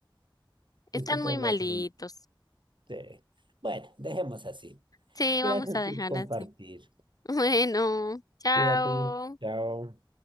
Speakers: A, on the right (about 65°); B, on the left (about 45°).
A: Es
B: Están
A: que todos
B: muy malitos.
A: lo hacen. Sí. Bueno, dejemos así.
B: Sí,
A: Gracias
B: vamos a dejar
A: por compartir.
B: así. <laughs> Bueno, chao.
A: Cuídate. Chao.